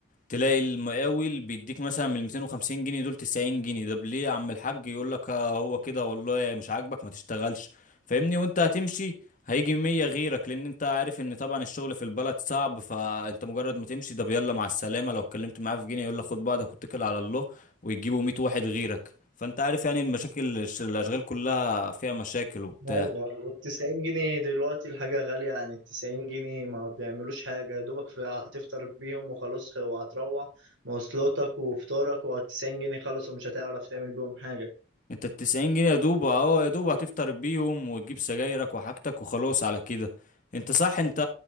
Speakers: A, on the left; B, on the right.
A: تلاقي المقاول بيديك مثلا من 250 جنيه دول 90 جنيه ده ليه يا عم الحاج يقول لك آه هو كده والله مش عاجبك ما تشتغلش فاهمني وانت هتمشي هيجي 100 غيرك لان انت عارف ان طبعا الشغل في البلد صعب فانت مجرد ما تمشي ده يلا مع السلامة لو اتكلمت معاه في جنيه يقول لك خد بعضك واتكل على الله ويجيبوا 100 واحد غيرك فانت عارف يعني المشاكل الش- الاشغال كلها فيها مشاكل وبتاع
B: أيوة 90 جنيه دلوقتي الحاجة غالية يعني 90 جنيه ما بيعملوش حاجة يا دوبك في هتفطر بيهم وخلاص وهتروح مواصلاتك وفطارك و90 جنيه خلاص ومش هتعرف تعمل بيهم حاجة
A: انت ال 90 جنيه يا دوب اهو يا دوب هتفطر بيهم وتجيب سجايرك وحاجتك وخلاص على كده انت صح انت